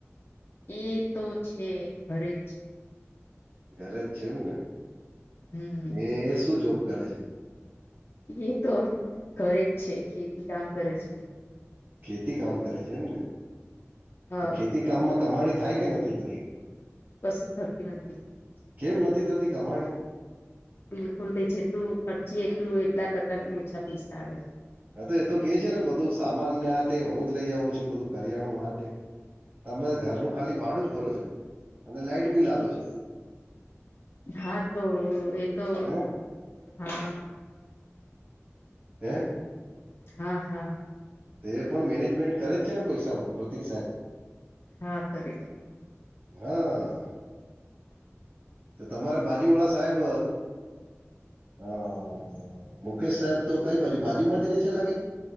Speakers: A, on the left; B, on the right.
A: એ તો છે ખરે જ છે
B: ઘરે જ છે એમને
A: હમ
B: એ શું જોબ કરે છે
A: એ તો ઘરે જ છે ખેતી કામ કરે છે
B: ખેતી કામ કરે છે એમ ને
A: હા
B: તો ખેતી કામમાં કમાણી થાય કે નથી થતી
A: કશું થતી નથી
B: કેમ નથી થતી કમાણી
A: બિલકુલ ન જેટલું ખર્ચી એટલું એટલા કરતા ઓછા પૈસા આવે છે
B: હ તો એ તો કે છે ને બધું સામાન આથે હું જ લઇ આવું છું બધું કરિયાણું આથે તમે ઘરનું ખાલી ભાડું જ ભરો છો અને લાઈટ બી લાલો છો
A: હા તો એ તો
B: હે
A: હા
B: હે
A: હા હા
B: તે પણ મેનેજમેન્ટ કરે જ છે ને પૈસાનું પ્રતિક સાઈબ
A: હા કરે છે.
B: હા તો તમારે બાજુવાળા સાહેબ હા મુકેશ સાહેબ તો કઈ બાજુ બાજુમાં જ રહે છે લાગે.